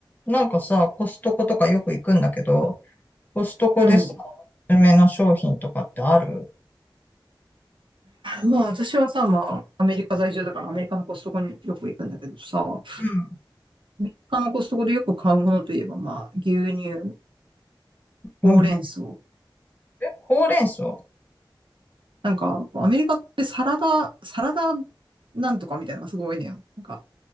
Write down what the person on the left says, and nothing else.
なんかさ、コストコとかよく行くんだけど、コストコでさ、
おすすめの商品とかってある
うん。
うんえほうれん草